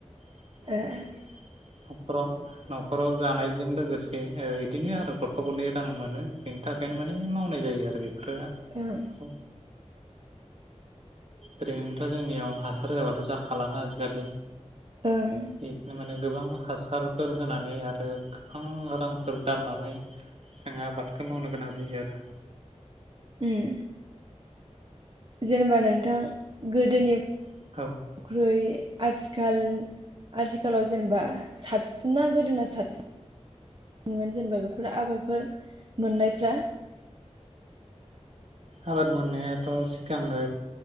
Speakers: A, on the right; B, on the right.
A: <inaudible>
B: ए
A: नखराव न'खराव जानायजों लोगोसे इदिनो आरो गरफा गरनै रां मोनो बेनि थाखायनो माने मावनाय जायो आरो बेखौ खोआ
B: ओं
A: खौ ओरैनोथ' जोंनियाव हासार होआाबाथ' जाखालाना आजिखालि
B: ओं
A: बेखायनो माने गोबां हासारफोर होनानै आरो गोबां रांफोर गारनानै जोङो आबादखौ मावनो गोनां जायो आरो।
B: उम जेनेबा नोंथां गोदोनि
A: आरो औ
B: ख्रुइ आथिखाल आथिखालाव जेनेबा साबसिना गोदोना साबसिनोन जेनेबा बेफोर आबादफोर मोननायफ्रा
A: आबाद मोननायाथ' सिगाङो